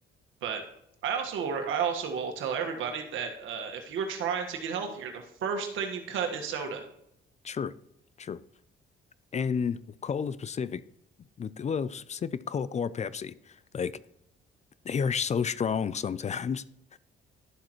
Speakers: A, on the right (about 80°); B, on the left (about 35°).
A: But I also will, I also will tell everybody that uh, if you're trying to get healthier, the first thing you cut is soda.
B: true, true. And with cola specific, with well, specific Coke or Pepsi, like they are so strong sometimes. <laughs>